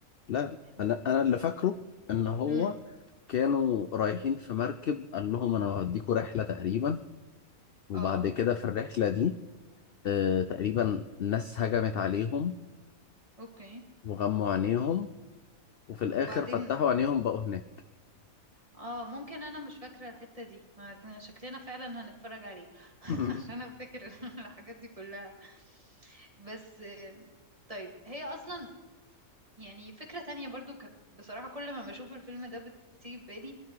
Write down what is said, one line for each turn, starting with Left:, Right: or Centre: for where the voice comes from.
Left: لا
Right: إحنا-
Left: انا انا اللي فاكره ان هو
Right: مم.
Left: كانوا رايحين في مركب قال لهم انا هوديكوا رحله تقريبا وبعد
Right: اه
Left: كده في الرحله دي آه تقريبا ناس هجمت عليهم
Right: اوكي
Left: وغموا عينيهم وفي الاخر
Right: وبعدين
Left: فتحوا عينيهم بقوا هناك
Right: اه ممكن انا مش فاكرة الحتة دي ما- شكلنا فعلا هنتفرج عليه <laughs>
Left: <laughs>
Right: عشان افتكر <laughs> الحاجات دي كلها بس آم، طيب هي اصلا يعني فكرة تانية برضو كانت بصراحة كل ما بشوف الفيلم ده بت- بتيجي في بالي